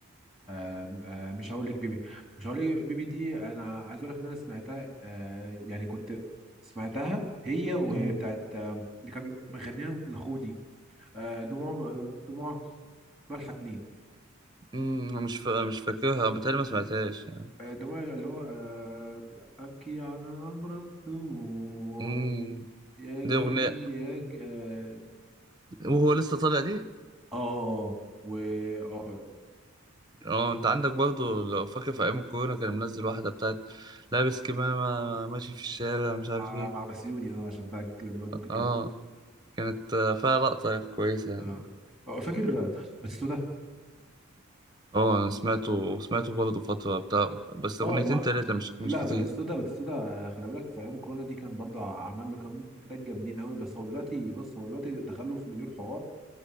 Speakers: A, in the centre; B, on the right (about 20°).
A: آه آه مش هقول لك بيبي مش هقول لك بيبي دي انا عايز اقول لك ان انا سمعتها آه يعني كنت سمعتها هي وبتاعت
B: مم.
A: آه، اللي كان مغنيها لخودي آه دموع آه، دموع ملحة اتنين
B: مم. أنا مش فا... مش فاكرها بتهيألي ما سمعتهاش يعني.
A: دموع اللي هو آه، أبكي على أبرق دموع
B: مم.
A: يجيني
B: دي اغنيه
A: يج اه
B: وهو لسه طالع دي
A: آه، آه، و اه
B: اه انت عندك برضو لو فاكر في ايام الكورونا كان منزل واحده بتاعت لابس كمامه ماشي في الشارع مش عارف
A: مع
B: ايه
A: مع بسيوني اه عشان ده برضه كنت
B: اه كانت آه، فيها لقطه كويسه يعني
A: اه آه، فاكر باتيستوتا
B: اه انا سمعته سمعته برضه فتره بتاع بس
A: اه
B: اغنيتين
A: ما
B: تلاته مش
A: لا
B: مش كتير
A: باتيستوتا باتيستوتا آه، خلي بالك في ايام كورونا دي كان برضه عمل له كام تراك جامدين قوي بس هو دلوقتي بص هو دلوقتي دخل له في مليون حوار